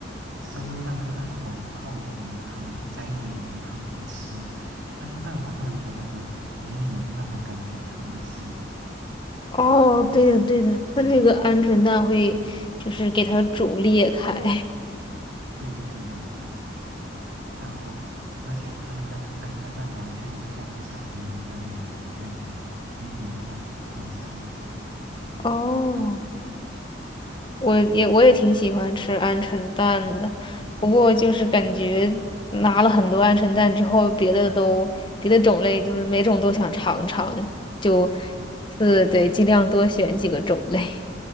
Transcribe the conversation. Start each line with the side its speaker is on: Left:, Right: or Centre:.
Right: 稍微让那个蛋黄泡一点点那个汤底，沾一点点那个汤底吃，它那个蛋黄会有一点那个黏黏的那种感觉，特别香。
Left: 哦，对的对的，它那个鹌鹑蛋会就是给它煮裂开。
Right: 对对对对对，然后而且它那个单纯鹌鹑蛋蛋黄确实就像那个橡皮泥一样那种感觉，黏黏的那种，很香很香。
Left: <laughs> 哦，我也我也挺喜欢吃鹌鹑蛋的，
Right: 嗯。
Left: 不过就是感觉拿了很多鹌鹑蛋之后，别的都别的种类就是每种都想尝尝，
Right: 哦，
Left: 就
Right: 哦
Left: 是对，尽量多选几个种类。